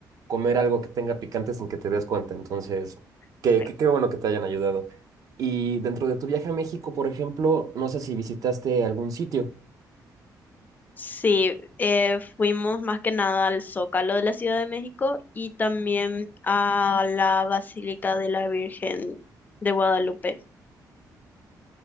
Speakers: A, on the right; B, on the left.
A: comer algo que tenga picante sin que te des cuenta, entonces, qué,
B: Sí,
A: qué, qué bueno que te hayan ayudado. Y dentro de tu viaje a México, por ejemplo, no sé si visitaste algún sitio.
B: Sí, eh, fuimos más que nada al Zócalo de la Ciudad de México y también a la Basílica de la Virgen de Guadalupe.